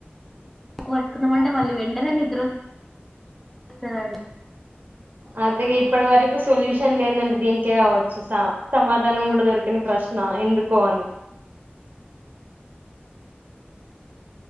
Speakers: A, in the centre; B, on the right.
A: ముక్క కట్టుకుందామంటే మళ్ళీ వెంటనే నిద్ర వస్తుందండి
B: అలాగే ఇప్పటి వరకు సొల్యూషన్ లేదంటే దీనికే కావచ్చు సమాధానం కూడా దొరికని ప్రశ్న ఎందుకో అని